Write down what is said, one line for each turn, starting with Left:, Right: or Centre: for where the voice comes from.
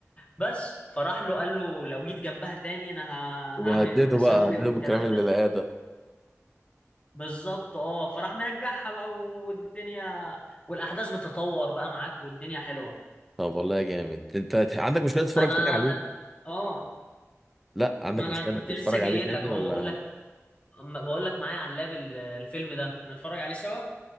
Left: بس فراح له قال له لو جيت جنبها تاني انا ه-
Centre: وهدده
Left: هعمل وهسوي
Centre: بقى هدده
Left: والكلام
Centre: بالكلام اللي لقاه ده
Left: بالظبط اه فراح منجحها بقى والدنيا والاحداث بتتطور بقى معاك والدنيا حلوه
Centre: طب والله جامد انت عندك مشكله تتفرج
Left: انا
Centre: تاني عليه
Left: اه
Centre: لا عندك
Left: ما انا
Centre: مشكلة
Left: كنت
Centre: انك تتفرج
Left: لسه جاي
Centre: عليه تاني
Left: لك اهو
Centre: ولا
Left: بقول لك بقول لك معايا على اللاب ال- الفيلم ده نتفرج عليه سوا